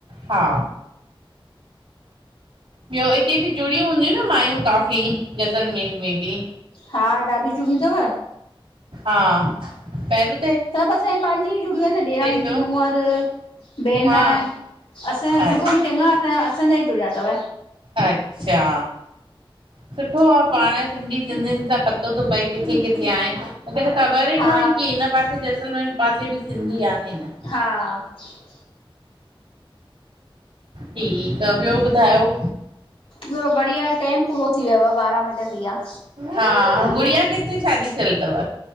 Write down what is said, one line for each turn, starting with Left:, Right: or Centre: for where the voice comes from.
Right: हा। ॿियो हिते बि जुड़ियूं हूंदियूं न माययूं काफ़ी, जैसलमेर में बि
Left: हा ॾाढी जुड़ियी थव
Right: हा पहिरो
Left: सभु असां पंहिंजी ई जुड़ियूं आहिनि, ॾेराणी
Right: पियो
Left: जी नूअर, भेण
Right: हा
Left: असांजे
Right: अ
Left: ग्रुप में चङा असांजा, असांजा ई जुड़िया अथव।
Right: अच्छा। सुठो आहे पाण सिंधी सिंधियुनि सां पतो थो पए किथे -किथे आहिन। मूंखे त ख़बर ई
Left: हा
Right: न हुई की हिन पासे जैसलमेर पासे बि सिंधी आहिनि।
Left: हा।
Right: ठीकु आ ॿियो ॿुधायो
Left: ब्यो बढ़िया टेम पूरो थी योव बारहां मिट थी ईया
Right: हा, गुड़िया किथे शादी थियल थव?